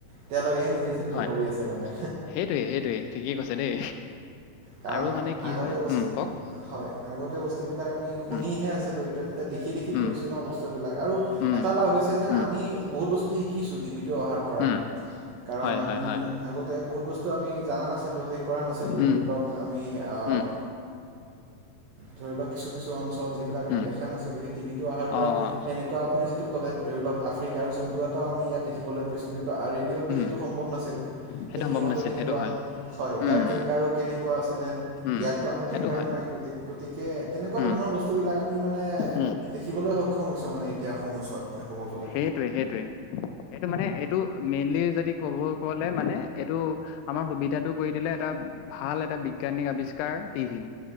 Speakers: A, on the right; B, on the left.
A: তেওঁলোকেহে নিজে যুদ্ধ
B: হয়
A: কৰি আছে মানে।
B: সেইটোৱে সেইটোৱে ঠিকেই কৈছে দেই
A: কাৰণ
B: আৰু মানে কি
A: আগতে
B: হয়
A: বস্তু,
B: উম কওক
A: হয়। আগতে বস্তুবিলাক আমি শুনিহে
B: উম
A: আছিলোঁ, এতিয়া যেতিয়া দেখি দেখি খি
B: উম
A: কৰিছে ন' বস্তু বিলাক। আৰু
B: উম
A: এটা লাভ হৈছে যেন
B: উম
A: আমি বহুত বস্তু শি কিছো টিভিটো অহাৰ পৰা।
B: উম
A: কাৰণ
B: হয়
A: আমি
B: হয় হয় হয়
A: আগতে বহুত বস্তু আমি জনা নাছিলো। ছিলো সেই কৰা নাছিলো।
B: উম
A: ধৰি লওঁক - আমি অঁ,
B: উম
A: ধৰি লওঁক কিছু কিছু অঞ্চল- এইবিলাক আমি
B: উম
A: দেখা নাছিলো। সেই টিভিটো অহাৰ পৰা
B: অ অ
A: তেনেকুৱা আপুনি যিটো ক'লে ধৰি লওঁক - আফ্ৰিকা জন্তু এটা আমি ইয়াত দেখিবলৈ পাইছোঁ। কিন্তু আ এ- ইহঁতটো
B: উম,
A: সেইটো সম্ভৱ নাছিল।
B: সেইটো
A: সেই
B: সম্ভৱ
A: সিংহটো
B: নাছিল
A: কেনেকুৱা
B: সেইটো হয়।
A: হয়, তাৰ
B: উম,
A: কেংগাৰু- কেনেকুৱা আছিলে,
B: উম,
A: ইয়াতটো আমাৰ
B: সেইটো
A: কেংগাৰো
B: হয়।
A: নাই। গতি-গতিকে তেনেকুৱা
B: উম,
A: ধৰণৰ বস্তু বিলাক- আমি মানে
B: উম,
A: দেখিবলৈ সক্ষম হৈছে মানে এতিয়া সময়ছোৱাত মানে ক'ব গ'লে।
B: সেইটোৱে- সেইটোৱে মানে এইটো মেইনলি যদি ক'ব ক'লে এইটো- আমাৰ সুবিধাটো কৰি দিলে এটা ভাল এটা বিজ্ঞানিক আৱিষ্কাৰ টিভি।